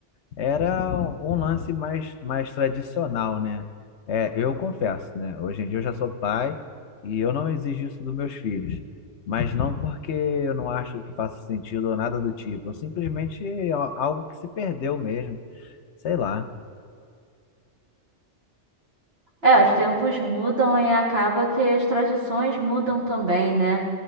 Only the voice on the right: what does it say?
É, os tempos mudam e acaba que as tradições mudam também, né?